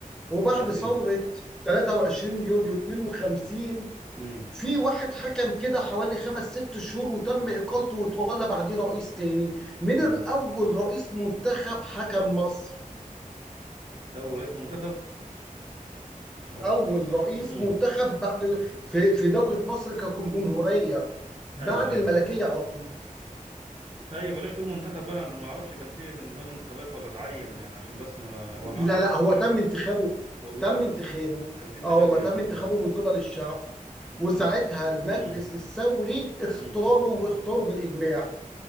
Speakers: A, in the centre; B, on the right.
A: وبعد
B: اه
A: ثورة
B: ايه
A: 23 يوليو 52
B: مم.
A: في واحد حكم كده حوالي خمس ست شهور وتم اقالته وتولى بعديه رئيس تاني من
B: مم.
A: اول رئيس منتخب حكم مصر
B: أول رئيس منتخب آه، س-
A: اول
B: س-
A: رئيس
B: مم.
A: منتخب بعد في في دولة مصر كجمهورية بعد
B: أيوه
A: الملكية
B: أيوه
A: على طول
B: أيوه بلاش تقول منتخب بقى أنا ما أعرفش كان في نظام انتخابات ولا اتعين يعني عشان بس ما هو
A: لا
B: ما أنا أعرف
A: لا هو
B: آه.
A: تم انتخابه
B: والله
A: تم انتخابه
B: كان في انتخاب
A: اه والله
B: يعني
A: تم انتخابه
B: مم.
A: من قبل الشعب
B: أنا-
A: وساعتها المجلس
B: مم.
A: الثوري اختاروا
B: مم.
A: واختاروا بالاجماع